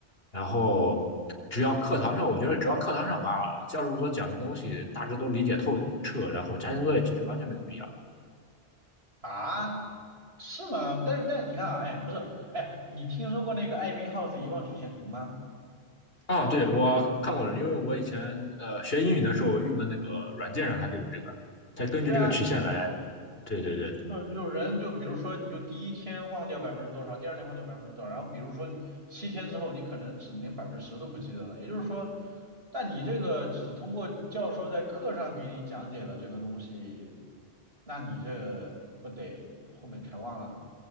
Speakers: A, on the left (about 65°); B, on the right (about 70°).
A: 然后只要课堂上，我觉得只要课堂上把教授所讲的东西大致都理解透彻，然后家庭作业其实完全没有必要。
B: 啊，是吗？但是但你看啊，哎，不是，哎，你听说过那个艾宾浩斯遗忘曲线图吗？
A: 啊，对，我看过了，因为我以前呃学英语的时候用的那个软件上它就有这个，它根据这个曲线来。
B: 对啊，
A: 对对对。
B: 就就人就比如说，你就第一天忘掉百分之多少，第二天忘掉百分之多少，然后比如说七天之后，你可能只连百分之十都不记得了。也就是说，那你这个只通过教授在课上给你讲解了这个东西，那你这不得后面全忘了？